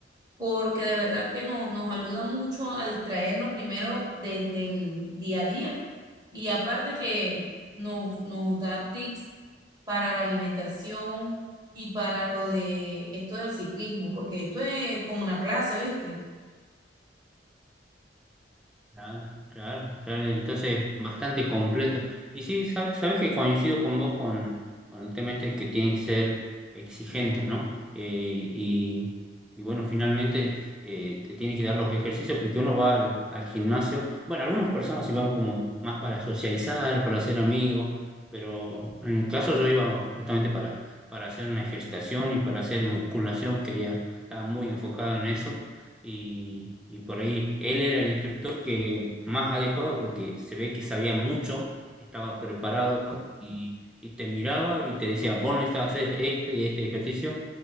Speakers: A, on the right (about 25°); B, in the centre.
A: porque de verdad que no- nos ayuda mucho a distraernos primero de- del día a día y aparte que nos, nos da tips para la alimentación y para lo de esto del ciclismo, porque esto es como una clase, ¿viste?
B: Claro, claro, claro, entonces bastante completo. Y sí, sab- sabes que coincido con vos con, con el tema este que tienen que ser exigentes, ¿no? Eh, y, y bueno, finalmente eh, te tienen que dar los ejercicios porque uno va al, al gimnasio. Bueno, algunas personas sí van como más para socializar, para hacer amigos, pero en mi caso yo iba justamente para, para hacer una ejercitación y para hacer musculación, quería, estaba muy enfocado en eso y, y por ahí él era el instructor que más adecuado porque se ve que sabía mucho, estaba preparado y, y te miraba y te decía, vos necesitas hacer este y este ejercicio